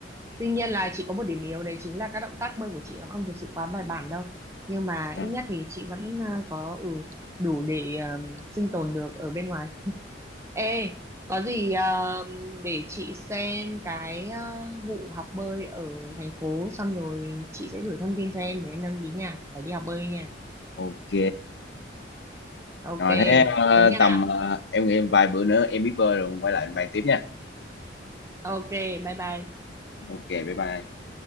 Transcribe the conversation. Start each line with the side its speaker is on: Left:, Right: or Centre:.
Right: tuy nhiên là chị có một điểm yếu đấy chính là các động tác bơi của chị nó không thực sự quá bài bản đâu nhưng mà
Left: Ờ,
Right: ít nhất thì chị vẫn à, có ừ, đủ để à, sinh tồn được ở bên ngoài ê có gì à, để chị xem cái à, vụ học bơi ở thành phố xong rồi chị sẽ gửi thông tin cho em để em đăng ký nha phải đi học bơi nha
Left: ok
Right: ok
Left: rồi thế ờ,
Right: thế nha
Left: tầm ờ, em nghĩ vài bữa nữa em biết bơi rồi quay lại bàn tiếp nha
Right: ok bye bye
Left: ok bye bye